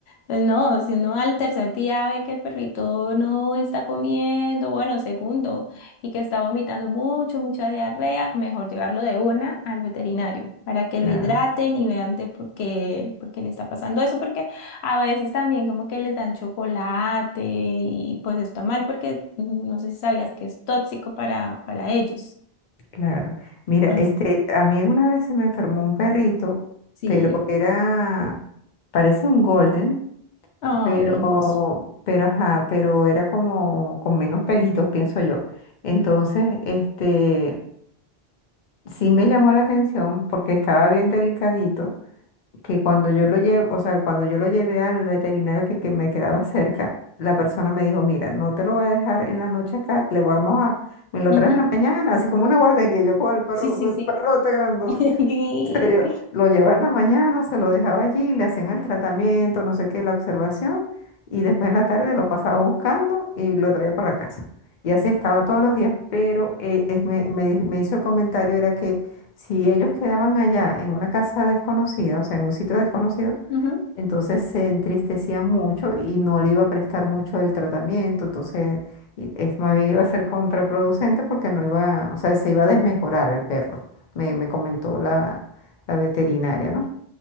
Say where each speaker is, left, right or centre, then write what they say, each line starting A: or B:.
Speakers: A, on the left; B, on the left.
A: Pues no, si uno al tercer día ve que el perrito no está comiendo, bueno, segundo, y que está vomitando mucho, mucha diarrea, mejor llevarlo de una al veterinario para que
B: Claro,
A: lo hidraten y vean de por qué, por qué le está pasando eso, porque a veces también como que les dan chocolate y pues está mal porque mm, no sé si sabías que es tóxico para, para ellos.
B: claro. Mira,
A: Entonces,
B: este, a mí una vez se me enfermó un perrito,
A: sí.
B: pero era, parece un golden,
A: Ay,
B: pero,
A: hermoso.
B: pero ajá, pero era como con menos pelitos, pienso yo. Entonces, este, sí me llamó la atención porque estaba bien delicadito. que cuando yo lo llevo, o sea, cuando yo lo llevé al veterinario que, que me quedaba cerca, la persona me dijo, mira, no te lo voy a dejar en la noche acá, le vamos a, me lo
A: Ujú.
B: traes en la mañana, así como una guardería, yo con el perro,
A: Sí, sí,
B: el
A: sí.
B: perrote grandote.
A: <laughs> Y-
B: Se dio- lo llevaba en la mañana, se lo dejaba allí, le hacían el tratamiento, no sé qué, la observación, y después en la tarde lo pasaba buscando y lo traía para la casa. Y así estaba todos los días, pero eh, es- me, me di- me hizo el comentario, era que si ellos quedaban allá en una casa desconocida, o sea, en un sitio desconocido,
A: ujú,
B: entonces se entristecía mucho y no le iba a prestar mucho el tratamiento, entonces y es más bien iba a ser contraproducente porque no iba, o sea, se iba a desmejorar el perro, me, me comentó la, la veterinaria, ¿no?